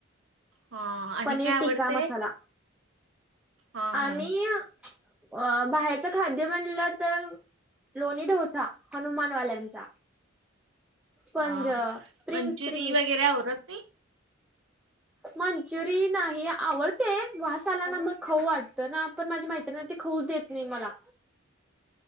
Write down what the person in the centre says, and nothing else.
पनीर
टिक्का मसाला
आणि अ बाहेरचं खाद्य म्हणलं तर लोणी डोसा हनुमानवाल्यांचा. स्पंज
स्प्रिंग
स्प्रिंग
मंजुरी नाही आवडते वास आला ना मग खाऊ वाटतं ना आपण माझ्या मैत्रीण ते खाऊ देत नाही मला.